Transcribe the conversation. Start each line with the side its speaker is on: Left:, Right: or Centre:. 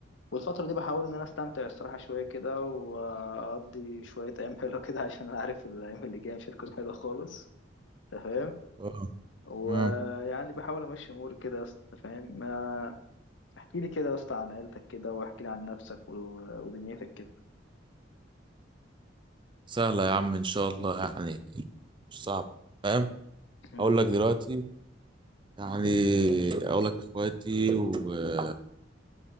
Left: والفتره دي بحاول ان انا استمتع الصراحه شويه كده واقضي شويه ايام حلوه كده <laughs> عشان انا عارف الايام اللي جايه مش هتكون حلوه خالص تمام
Right: اه
Left: ويعني
Right: امم
Left: بحاول امشي اموري كده يا اسطى، انت فاهم آه، احكي لي كده يا اسطى عن عيلتك كده واحكي لي عن نفسك و- ودنيتك كده
Right: سهله يا عم ان شاء الله يعني مش صعب فاهم
Left: مم.
Right: اقول لك دلوقتي يعني اقول لك اخواتي وكده